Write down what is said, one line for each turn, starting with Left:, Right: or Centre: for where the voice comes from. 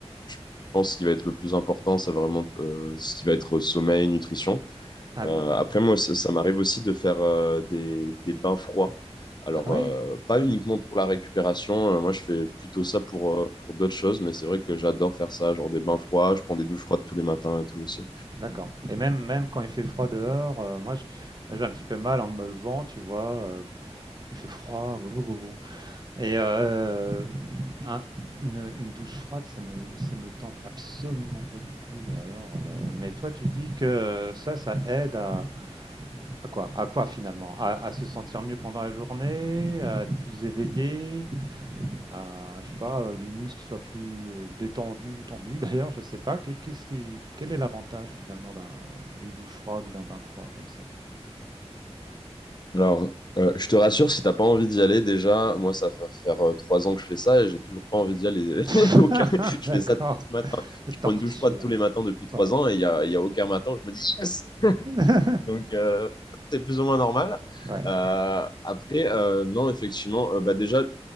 Left: je pense que ce qui va être le plus important, c'est vraiment euh, ce qui va être sommeil, nutrition.
Right: Ah
Left: Euh,
Right: oui.
Left: après, moi, ça, ça m'arrive aussi de faire euh, des, des bains froids. Alors,
Right: Ah oui?
Left: euh, pas uniquement pour la récupération, euh, moi je fais plutôt ça pour, euh, pour d'autres choses, mais c'est vrai que j'adore faire ça, genre des bains froids, je prends des douches froides tous les matins et tout aussi.
Right: D'accord. Et même, même quand il fait froid dehors, euh, moi je- moi, j'ai un petit peu mal en me levant, tu vois. euh, il fait froid, vou, vou, vou, vou. Et euh, euh, un- une, une douche froide, ça me, ça me tente absolument pas du tout. Mais alors, euh, mais toi, tu dis que ça, ça aide à, à quoi? À quoi finalement? À, à se sentir mieux pendant la journée, à être plus éveillé, à, je sais pas, les muscles soient plus euh, détendus ou tendus <laughs> d'ailleurs, je sais pas. Qu'est- Qu'est-ce qui, quel est l'avantage finalement d'un- d'une douche froide ou d'un bain froid comme ça?
Left: Alors, euh, je te rassure, si t'as pas envie d'y aller, déjà, moi ça va faire euh, trois ans que je fais ça et j'ai toujours pas envie d'y aller.
Right: <laughs>
Left: <laughs> Aucun- Je
Right: D'accord.
Left: fais ça tous les matins. Je
Right: Torture.
Left: prends une douche froide tous les matins depuis trois
Right: Ouais.
Left: ans et il y a, il y a aucun matin où je me dis, Yes
Right: <laughs>
Left: Donc, euh, c'est plus ou moins normal.
Right: Ouais.
Left: Euh, après, euh, non, effectivement, euh, bah déjà,